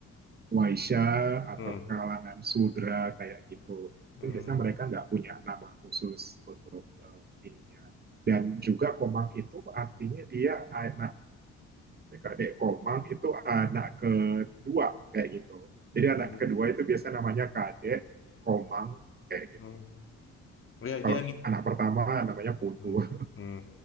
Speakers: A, on the right; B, on the left.
A: Waisya atau
B: Hmm,
A: kalangan Sudra kayak gitu.
B: hmm,
A: Itu biasanya mereka nggak punya nama khusus untuk eh, ininya. Dan juga Komang itu artinya dia eh, adik Komang itu anak kedua kayak gitu. Jadi anak
B: hmm,
A: kedua itu biasa namanya kadek Komang kayak
B: hmm.
A: gitu.
B: Ya,
A: Kalau
B: dia nih.
A: anak pertama namanya Putu.
B: Hmm,
A: <laughs>
B: hmm.